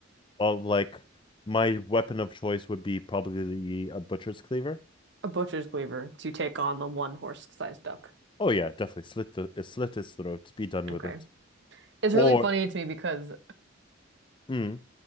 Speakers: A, on the left (about 25°); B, on the right (about 60°).
A: I'll like my weapon of choice would be probably a butcher's cleaver.
B: A butcher's cleaver to take on the one horse-sized duck.
A: Oh yeah, definitely slit the uh, slit his throat, be done with
B: Okay.
A: it.
B: It's
A: Or
B: really funny to me because
A: mm,